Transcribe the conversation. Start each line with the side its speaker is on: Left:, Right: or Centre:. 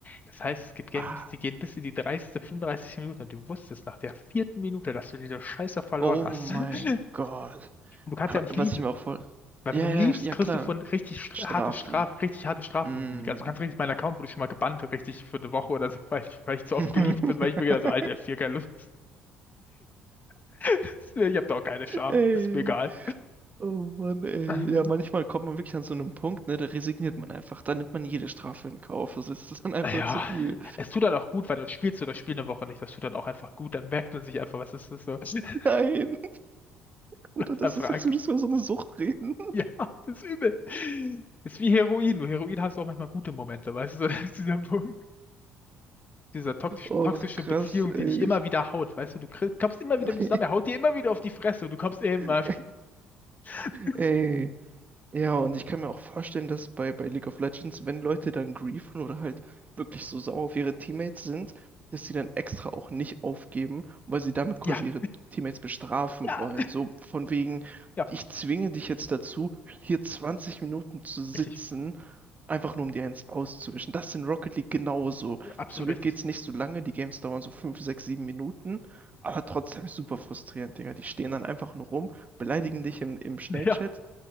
Left: Das heißt, es gibt Games,
Right: Was?
Left: die gehen bis in die 30., 35. Minute und du wusstest nach der vierten Minute, dass du diese Scheiße verloren
Right: Oh
Left: hast.
Right: mein
Left: <laughs>
Right: Gott.
Left: Und du kannst
Right: Aber
Left: ja nicht
Right: was
Left: leaven.
Right: ich mir auch voll.
Left: Weil
Right: Ja,
Left: wenn du liebst,
Right: ja, ja, ja,
Left: kriegst
Right: klar.
Left: du von richtig str-
Right: Strafen.
Left: harte Straf, richtig harte Strafen
Right: Mm.
Left: von der Liga. Also du kannst richtig, mein Account wurde schon mal gebannt, richtig für eine Woche oder so, weil ich, weil ich zu oft
Right: <laughs>
Left: geliebt bin, weil ich mir gedacht habe, so, Alter, F4, keine Lust. <laughs> Ich habe da auch keine Scham.
Right: Ey.
Left: Ist mir egal.
Right: Oh Mann, ey.
Left: Ähm,
Right: Ja, manchmal kommt man wirklich an so einem Punkt, ne, da resigniert man einfach. Da nimmt man jede Strafe in Kauf. Das ist dann einfach
Left: Ja,
Right: zu viel.
Left: es tut dann auch gut, weil dann spielst du das Spiel eine Woche nicht. Das tut dann auch einfach gut. Dann merkt man sich einfach, was ist das so? <laughs>
Right: Nein. Oder
Left: Was
Right: das
Left: einfach
Right: ist, als
Left: angeht.
Right: würdest du über so eine Sucht reden.
Left: Ja, das ist übel. Das ist wie Heroin. Nur Heroin hast du auch manchmal gute Momente, weißt du, <laughs> so, das ist dieser Punkt. dieser toxisch,
Right: Oh,
Left: toxische
Right: krass,
Left: Beziehung,
Right: ey.
Left: die dich immer wieder haut, weißt du, du krieg- kommst immer
Right: <laughs>
Left: wieder mit zusammen, er haut dir immer wieder auf die Fresse und du kommst immer
Right: Nee.
Left: wieder. <laughs>
Right: Ey, ja, und ich kann mir auch vorstellen, dass bei, bei League of Legends, wenn Leute dann griefen oder halt wirklich so sauer auf ihre Teammates sind, dass sie dann extra auch nicht aufgeben, weil sie damit quasi
Left: Ja,
Right: ihre Teammates bestrafen
Left: ja,
Right: wollen. So von wegen,
Left: ja,
Right: ich zwinge dich jetzt dazu, hier 20 Minuten zu sitzen,
Left: richtig,
Right: einfach nur um dir eins auszuwischen. Das ist in Rocket League genauso.
Left: absolut
Right: Zum Glück
Left: richtig.
Right: geht's nicht so lange, die Games dauern so 5 6 7 Minuten, aber trotzdem super frustrierend, Digga. Die stehen dann einfach nur rum beleidigen dich im, im Schnellchat
Left: Ja,